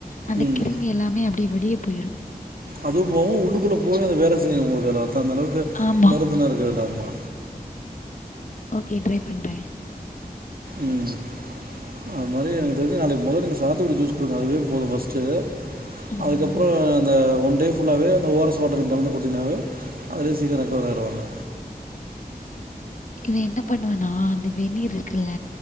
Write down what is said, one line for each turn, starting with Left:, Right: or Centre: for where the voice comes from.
Left: அந்தக்
Right: ம்.
Left: கிருமி எல்லாமே அப்டி வெளிய போய்ரு
Right: அதுவு போவு உள்ளுக்குள்ள போய் அது வேல செய்யு உங்களுக்கு ரத்த அந்தளவுக்கு
Left: ஆமா.
Right: மருந்துனா இருக்கு அதுல்ல ஆமா
Left: ஓகே ட்ரை பண்ற
Right: ம் அது மாரி எனக் தெரிஞ்சி நாளைக்கு மொதல்ல நீங்க சாத்துக்குடி ஜூஸ் குடிங்க அதுவே போது ஃபஸ்ட்டு
Left: ம்.
Right: அதுக்கப்றோ அந்தா ஒன் டே ஃபுல்லாவே அந்த ஓ ஆர் எஸ் வாட்டரு கலந்து குடுத்தீங்கனாவே அதுலே சீக்கரோ ரெக்கவர் ஆய்ருவாங்க
Left: இவன் என்ன பண்ணுவனா அந்த வெந்நீர் இருக்குல்ல